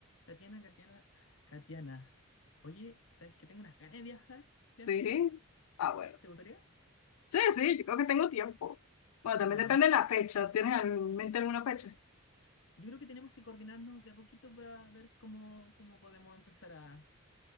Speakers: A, on the left; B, on the left.
A: Katiana, Katiana, Katiana. Oye, ¿sabes que tengo unas ganas de viajar?
B: Sí.
A: ¿Viajemos?
B: Ah, bueno.
A: ¿Te gustaría?
B: Sí, sí, yo creo que tengo tiempo. Bueno, también
A: Vamos.
B: depende de la fecha. ¿Tienes en mente alguna fecha?
A: Yo creo que tenemos que coordinarnos de a poquito para ver cómo, cómo podemos empezar a,